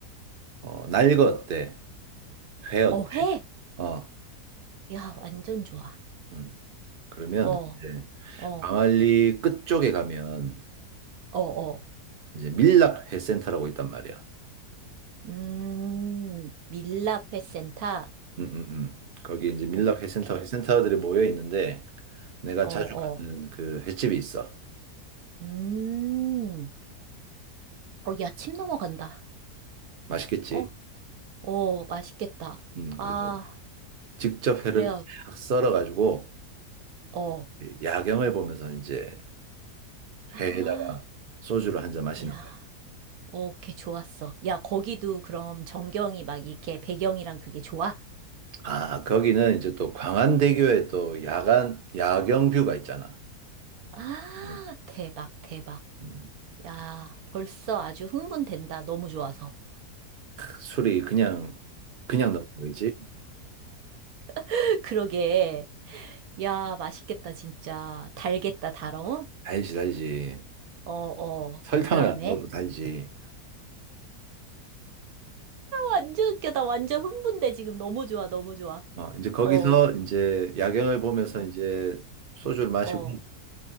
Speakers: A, on the right (about 50°); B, on the right (about 70°).
A: 어, 날거 어때? 회 어때?
B: 어, 회!
A: 어,
B: 야, 완전 좋아.
A: 음. 그러면
B: 어,
A: 이제
B: 어,
A: 광안리 끝쪽에 가면
B: 어, 어.
A: 이제 밀락회센터라고 있단 말이야.
B: 음, 밀랍 회센터.
A: 음, 음, 음. 거기 이제 밀락
B: 오케이.
A: 회센터 회센터들이 모여 있는데 내가
B: 어,
A: 자주
B: 어.
A: 가는 그 횟집이 있어.
B: 음. 어, 야, 침 넘어간다.
A: 맛있겠지?
B: 어? 어, 맛있겠다.
A: 음,
B: 아,
A: 그래서 직접
B: 그래요.
A: 회를 딱 썰어가지고
B: 어.
A: 야경을 보면서 이제
B: 아,
A: 회에다가 소주를 한 잔 마시는
B: 야,
A: 거야.
B: 어, 걔 좋았어. 야, 거기도 그럼 전경이 막 이렇게 배경이랑 그게 좋아?
A: 아, 거기는 이제 또 광안대교에 또 야간, 야경 뷰가 있잖아.
B: 아,
A: 음,
B: 대박, 대박.
A: 음,
B: 야, 벌써 아주 흥분된다. 너무 좋아서.
A: 술이 그냥, 그냥 넣는 거지?
B: <laughs> 그러게. 야, 맛있겠다, 진짜. 달겠다, 달어.
A: 달지, 달지.
B: 어, 어.
A: 설탕을
B: 그 다음에.
A: 안 넣어도 달지.
B: 완전 웃겨. 나 완전 흥분돼. 지금 너무 좋아, 너무 좋아.
A: 어, 이제 거기서
B: 어,
A: 이제 야경을 보면서
B: 어,
A: 이제 소주를 마시고
B: 어,